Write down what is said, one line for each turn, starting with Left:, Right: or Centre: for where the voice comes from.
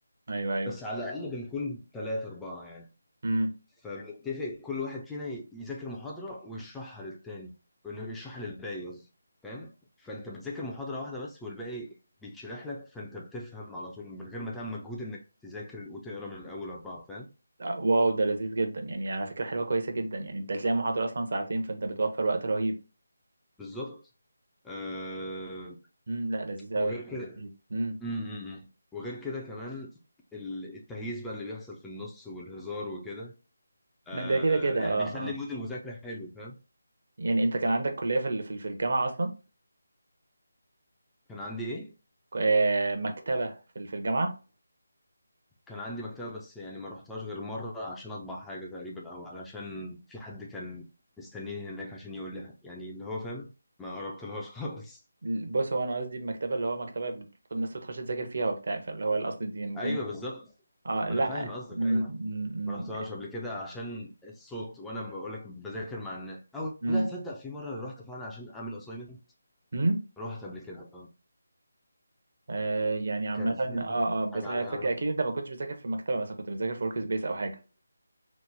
Right: ايوه ايوه
Centre: بس على الأقل بنكون ثلاثة أربعة يعني
Right: امم
Centre: فبنتفق كل واحد فينا ي- يذاكر محاضرة ويشرحها للتاني وإنه يشرحها للباقي قصدي فاهم فأنت بتذاكر محاضرة واحدة بس والباقي بيتشرح لك فأنت بتفهم على طول من غير ما تعمل مجهود إنك تذاكر وتقرا من الأول أربعة فاهم
Right: واو ده لذيذ جدا يعني على فكرة حلوة كويسة جدا يعني انت هتلاقي محاضرة اصلا ساعتين فانت بتوفر وقت رهيب
Centre: بالظبط آه
Right: امم لا لذيذ
Centre: وغير
Right: قوي يعني
Centre: كده
Right: لذيذ امم
Centre: امم وغير كده كمان ال- التهييس بقى اللي بيحصل في النص والهزار وكده آه
Right: ما ده كده كده
Centre: يعني
Right: اه
Centre: بيخلي
Right: اه
Centre: مود المذاكرة حلو فاهم
Right: يعني انت كان عندك كلية في ال- في ال- في الجامعة اصلا
Centre: كان عندي ايه
Right: آه، مكتبة في ال- في الجامعة
Centre: كان عندي مكتبة بس يعني ما رحتهاش غير مرة عشان اطبع حاجة تقريبا او علشان في حد كان مستنيني هناك عشان يقول لي يعني اللي هو فاهم ما قربتلهاش <laughs> خالص
Right: بص هو انا قصدي بمكتبة اللي هو مكتبة بت- الناس بتخش تذاكر فيها وبتاع فاللي هو القصد دي يعني فاهم
Centre: ايوه بالظبط
Right: اه
Centre: ما
Right: لا
Centre: انا فاهم قصدك
Right: م-
Centre: ايوه ما رحتهاش
Right: م-
Centre: قبل كده عشان الصوت وانا بقول لك بذاكر مع الناس او
Right: م-
Centre: لا تصدق في مرة رحت فعلا عشان اعمل اسايمنت
Right: م- م-
Centre: رحت قبل كده
Right: آه، يعني عامة
Centre: كان في
Right: اه اه بس
Centre: حاجة
Right: انا
Centre: عليا
Right: فاكر
Centre: أعملها
Right: اكيد انت ما كنتش بتذاكر في مكتبة مثلا كنت بتذاكر في ورك سبيس او حاجة